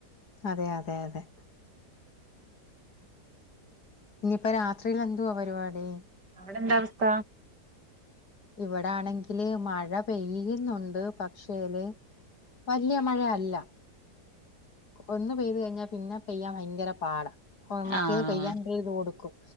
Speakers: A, on the left; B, on the right.
A: അതെ അതെ അതെ ഇനിയിപ്പ രാത്രിയിൽ എന്തുവാ പരിപാടി?
B: അവിടെ എന്താ അവസ്ഥ?
A: ഇവിട ആണെങ്കില് മഴ പെയ്യുന്നുണ്ട് പക്ഷേല് വല്യ മഴയല്ല ഒന്ന് പെയ്ത് കഴിഞ്ഞാൽ പിന്നെ പെയ്യാൻ ഭയങ്കര പാടാ മറ്റേത്
B: ആഹ്
A: പെയ്യാൻ ഇണ്ട് ഇത് കൊടുക്കും